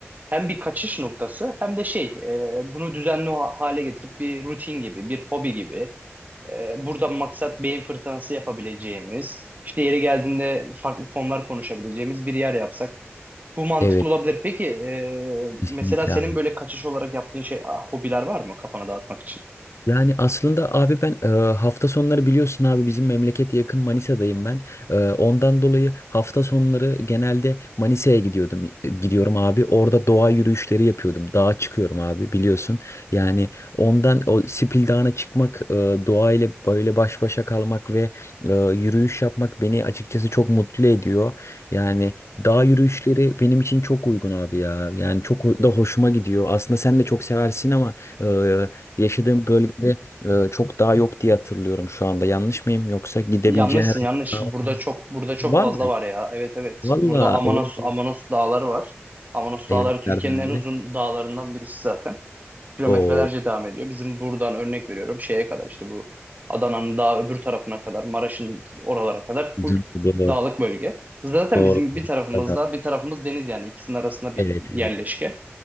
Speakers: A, on the right (about 40°); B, on the left (about 80°).
A: hem bir kaçış noktası hem de şey e, bunu düzenli ha- hale getirip bir rutin gibi bir hobi gibi e, burada maksat beyin fırtınası yapabileceğimiz işte yeri geldiğinde farklı konular konuşabileceğimiz bir yer yapsak bu mantıklı
B: Evet,
A: olabilir. Peki e,
B: kesinlikle
A: mesela senin
B: abi.
A: böyle kaçış olarak yaptığın şey ah, hobiler var mı kafana dağıtmak için?
B: Yani aslında abi ben e, hafta sonları biliyorsun abi bizim memlekete yakın Manisa'dayım ben. E, ondan dolayı hafta sonları genelde Manisa'ya gidiyordum. Gidiyorum abi. Orada doğa yürüyüşleri yapıyordum. Dağa çıkıyorum abi biliyorsun. Yani ondan o Sipil Dağı'na çıkmak, e, doğayla böyle baş başa kalmak ve e, yürüyüş yapmak beni açıkçası çok mutlu ediyor. Yani dağ yürüyüşleri benim için çok uygun abi ya. Yani çok da hoşuma gidiyor. Aslında sen de çok seversin ama Yaşadığım bölgede e, çok daha yok diye hatırlıyorum şu anda. Yanlış mıyım? Yoksa gidebileceğin
A: Yanlışsın
B: herhangi
A: yanlış.
B: bir dağ var mı?
A: Burada çok burada çok
B: Var
A: fazla
B: mı?
A: var ya. Evet evet.
B: Valla.
A: Burada Amanos
B: o-
A: Amanos dağları var. Amanos
B: Evet
A: dağları Türkiye'nin
B: Erdem
A: en
B: abi.
A: uzun dağlarından birisi zaten. kilometrelerce
B: O
A: devam ediyor. Bizim buradan örnek veriyorum şeye kadar işte bu Adana'nın daha öbür tarafına kadar Maraş'ın oralara kadar full
B: doğru. Doğru.
A: dağlık bölge. Zaten
B: Doğru.
A: bizim bir tarafımız
B: Tabii.
A: dağ bir tarafımız deniz yani ikisinin arasında bir
B: Evet
A: yerleşke.
B: evet.